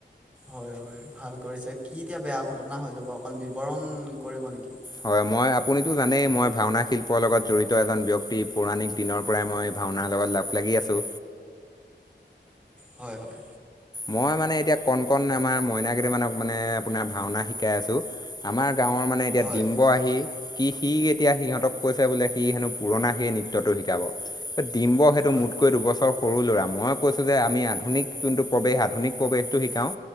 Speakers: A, in the centre; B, on the left.
A: হয়-হয় ভাল কৰিছে। কি এতিয়া বেয়া ঘটনা হৈ যাব অকন বিৱৰণ কৰিব নেকি?
B: হয় মই আপুনিতো জানেই মই ভাওনা শিল্পৰ লগত জড়িত এজন ব্যক্তি পৌৰাণিক <inaudible> দিনৰ পৰাই মই ভাওনাৰ লগত লগ লাগি আছোঁ।
A: হয়-হয়।
B: মই মানে এতিয়া কণ-কণ আমাৰ মইনাকেইটামানক মানে আপোনাৰ ভাওনা শিকাই আছোঁ। আমাৰ গাঁৱৰ মানে এতিয়া
A: হয়
B: ডিম্ব আহি সি-সি এতিয়া সিহঁতক কৈছে বোলে সি হেনো পুৰণা সেই নৃত্যটো সি <unintelligible> শিকাব। ডিম্ব সেইটো
A: হয়
B: মোতকৈ দুবছৰ সৰু ল'ৰা মই কৈছো যে আমি আধুনিক যোনটো <inaudible> প্ৰৱেশ আধুনিক প্ৰৱেশটো শিকাও